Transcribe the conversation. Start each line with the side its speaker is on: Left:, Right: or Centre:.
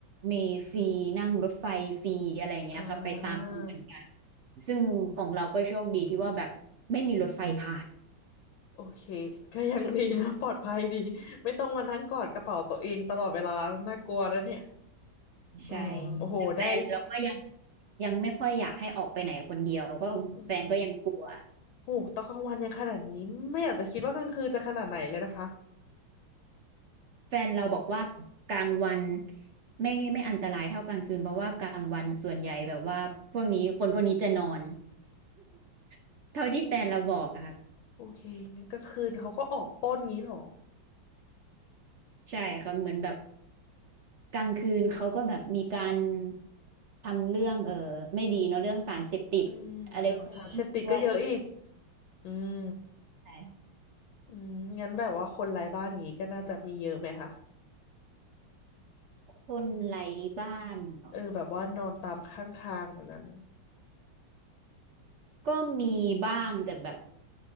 Right: มีฟรีนั่งรถไฟฟรีอะไรอย่างเงี้ยค่ะไปตามตมืงต่างๆซึ่งของเราก็โชคดีที่ว่าแบบไม่มีรถไฟผ่าน
Left: อ่าโอเคก็ยังดีนะปลอดภัยดีไม่ต้องมานั่งกอดกระเป๋าตัวเองตลอดเวลาน่ากลัวแล้วเนี่ยอืมโอ้โหได้
Right: ใช่แต่แฟนเราก็ยังยังไม่ค่อยอยากให้ออกไปไหนคนเดียวก็แฟนก็ยังกลัว
Left: อืมโอ้โหตอนกลางวันยังขนาดนี้ไม่อยากจะคิดว่ากลางคืนจะขนาดไหนเลยนะคะ
Right: แฟนเราบอกว่ากลางวันไม่ไม่อันตรายเท่ากลางคืนเพราะว่ากลางวันส่วนใหญ่แบบว่าพวกนี้คนพวกนี้จะนอน <laughs> เท่าที่แฟนเราบอกนะคะ
Left: โอเคงั้นกลางคืนเขาก็ออกปล้นงี้เหรอ
Right: ใช่เขาเหมือนแบบกลางคืนเขาก็แบบมีการทำเรื่องเออไม่ดีเนาะเรื่องสารเสพติดอะไรพวกนี้ด้วย
Left: อืมเนาะสารเสพติดก็เยอะอีกอืม
Right: ใช่
Left: อืมงั้นแบบว่าคนไร้บ้านงี้ก็น่าจะมีเยอะไหมคะ
Right: คนไร้บ้านเนาะ
Left: เออแบบว่านอนตามข้างทางแบบนั้นนะ
Right: ก็มีบ้างแต่แบบ